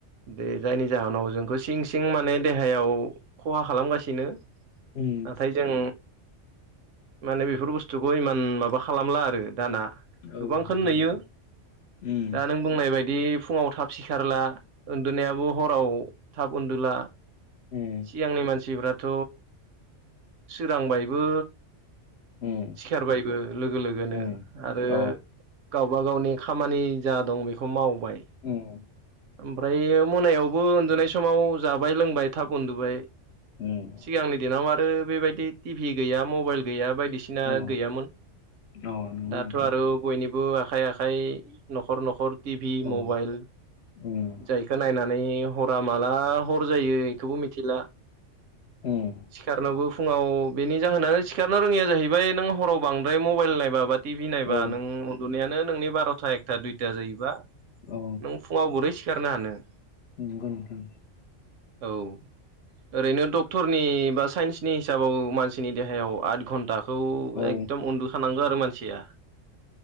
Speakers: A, on the right (about 80°); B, on the left (about 60°).
A: दे जायनि जाहोनाव जोंखौ सिं -सिं माने देहायाव खहा खालामगासिनो।
B: उम
A: नाथाय जों माने बेफोर बुस्थु बुस्थुखौ इमान माबा खालामला आरो दाना
B: औ
A: गोबांखौनो
B: नंगौ
A: नुयो
B: नोंथां उम
A: दा नों बुंनाय बायदि फुङाव थाब सिखारला उन्दुनायाबो हराव थाब उन्दुला।
B: उम
A: सिगांनि मानसिफ्राथ' सोरांबायबो
B: उम
A: सिखारबायबो लोगो लोगोनो
B: उम
A: आरो
B: अ
A: गावबा गावनि खामानि जा दं बेखौ मावबाय।
B: ओम।
A: ओमफ्राय मोनायावबो उन्दुनाय समाव जाबाय लोंबाय थाब उन्दुबाय।
B: उम
A: सिगांनि दिनाव आरो बेबायदि टि भि गैया मबाइल गैया बायदिसिना <unintelligible>
B: औ
A: गैयामोन
B: अ नंगौ
A: दाथ'
B: नोंथां
A: आरो बयनिबो आखाइ -आखाइ न'खर- न'खर टि भि
B: औ
A: मबाइल
B: उम।
A: जायखौ नायनानै हरा माला हर जायो बेखौबो मिथिला।
B: ओम।
A: सिखारनोबो फुङाव बेनि जाहोनानो सिखारनो रोङिया जाहैबाय नों हराव बांद्राय मबाइल नायबा बाट टि भि नायबा
B: औ
A: नों उन्दुनायानो नोंनि बार'था एकथा दुइथा जायोबा
B: औ।
A: नों फुङाव गुरै सिखारनो हानो?
B: <unintelligible>
A: औ ओरैनो डक्थरनि बा साइन्सनि हिसाबाव मानसिनि देहायाव आद घन्टा खौ
B: औ
A: एकदम उन्दु खानांगो आरो मानसिया